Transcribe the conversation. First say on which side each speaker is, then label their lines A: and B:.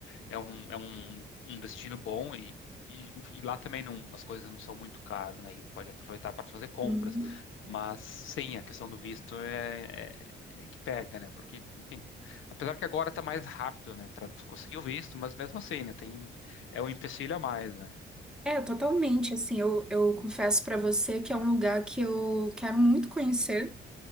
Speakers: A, on the left (about 80°); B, in the centre.
A: é um, é um, um destino bom e, e, e lá também não, as coisas não são muito caras, né? E pode aproveitar para fazer compras.
B: Sim.
A: Mas sim, a questão do visto é, é, é que pega, né? Porque, enfim, apesar que agora tá mais rápido, né, para tu conseguir o visto, mas mesmo assim, né, tem é um empecilho a mais, né?
B: É, totalmente. Assim, eu, eu confesso pra você que é um lugar que eu quero muito conhecer,